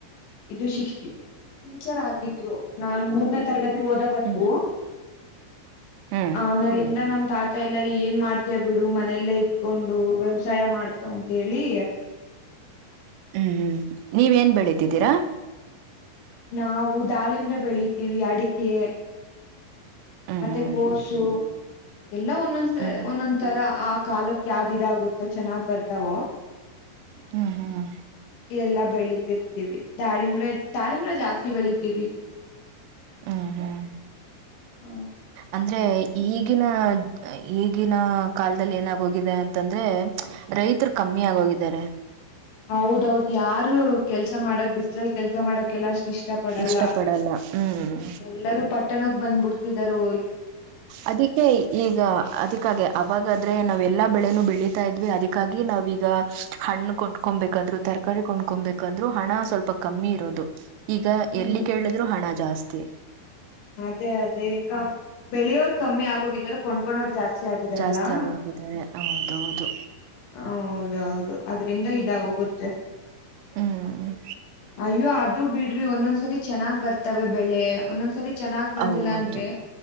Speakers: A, on the left; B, on the right.
A: ಇದು ಶ ಟಿಚರ್ ಆಗಿದ್ರು ನಾನ್ ಮೂರನೇ ತರಗತಿ ಓದವರೆಗು.
B: ಹ್ಮ್ ಹ್ಮ್
A: ಆಮೇಲಿಂದ ನಮ ತಾತ ಎಲ್ಲ ಏನ್ ಮಾಡ್ತೇ ಬಿಡು ಮನೆಯಲ್ಲ ಇತ್ಕೊಂಡು ವ್ಯವಸಾಯ ಮಾಡ್ಕೊ ಅಂತ ಹೇಳಿ.
B: ಹ್ಮ್ ಹ್ಮ್. ನೀವೇನ್ ಬೆಳಿತಿದ್ದೀರಾ.
A: ನಾವು ದಾಳಿಂಬ್ರೆ ಬೆಳಿತೀವಿ ಅಡಿಕೆ.
B: ಹ್ಮ್
A: ಮತ್ತೆ ಕೋಸು. ಎಲ್ಲಾ ಒಂದೊಂದ್ಸ
B: ಹ್ಮ್
A: ಒಂದೊಂದ್ ತರ ಆ ಕಾಲಕ್ಕೆ. ಇದಾಗುತ್ತೋ ಚೆನ್ನಾಗ್ ಬರ್ತಾವೋ.
B: ಹ್ಮ್ ಹ್ಮ್
A: ಎಲ್ಲಾ ಬೆಳಿತಿರ್ತೀವಿ ದಾಳಿಂಬ್ರೆ ದಾಳಿಂಬ್ರ ಜಾಸ್ತಿ ಬೆಳಿತೀವಿ
B: ಹ್ಮ್ ಹ್ಮ್
A: ಹ.
B: ಅಂದ್ರೆ ಈಗಿನ ಈಗ. ಕಾಲದಲ್ಲಿ ಏನಾಗೋಗಿದೆ ಅಂತಂದ್ರೆ ರೈತರು ಕಮ್ಮಿ ಆಗೋಗಿದ್ದಾರೆ.
A: ಹೌದೌದ್ ಯಾರು ಕೆಲ್ಸ ಮಾಡಕ್ ಬಿಸ್ ಕೆಲ್ಸ ಮಾಡಕೆಲ್ಲ ಅಷ್ಟ ಇಷ್ಟ ಪಡಲ್ಲ
B: ಇಷ್ಟ ಪಡಲ್ಲ ಹ್ಮ್
A: ಎಲ್ಲರೂ ಪಟ್ಟಣಕ್ಕೆ ಬಂದ್ಬಿಡ್ತ ಇದರೊ.
B: ಅದಿಕ್ಕೆ ಈಗ ಅದಿಕ್ಕ ಹಾಗೆ ಅವಾಗಾದ್ರೆ ನಾವೆಲ್ಲಾ ಬೆಳೆನೂ ಬೆಳಿ ತ ಇದ್ವಿ ಅದಕ್ಕಾಗಿ ನಾವೀಗ ಹಣ್ಣು ಕೊಂಡ್ಕೊಬೇಕಂದ್ರು ತರಕಾರಿ ಕೊಂಡ್ಕೊಬೇಕಂದ್ರು ಹಣ ಸ್ವಲ್ಪ ಕಮ್ಮಿ ಇರೋದು. ಈಗ
A: ಹ್ಮ್
B: ಎಲ್ಲಿ ಕೇಳಿದ್ರು ಹಣ ಜಾಸ್ತಿ. ತೇ
A: ಅದೇ ಅದೇ. ಬೆಳೆಯವ್ರು ಕಮ್ಮಿ ಆಗೋಗಿದ್ದಾರೆ ಕೊಂಡಕೋರು ಜಾಸ್ತಿ. ಮದುವೆ ಆಗಿದಾರಳಾ
B: ಜಾಸ್ತಿ ಆಗೋಗಿದ್ದಾರೆ ಹೌದೌದು
A: ಹೌದ ಹೌದು. ಅದ್ರಿಂದ ಇದಾಗೋಗುತ್ತೆ.
B: ಹ್ಮ್
A: ಅಯ್ಯೋ ಆ ಬಿಡ್ರಿ ಒಂದೊಂದ್ಸರಿ ಚೆನ್ನಾಗ್ ಬರ್ತವೆ ಬೆಳೆ ಒಂದೊಂದ್ಸರಿ ಚೆನ್ನಾಗ್ ಬಂದಿಲ್ಲ
B: ಹೌದು
A: ಅಂದ್ರೆ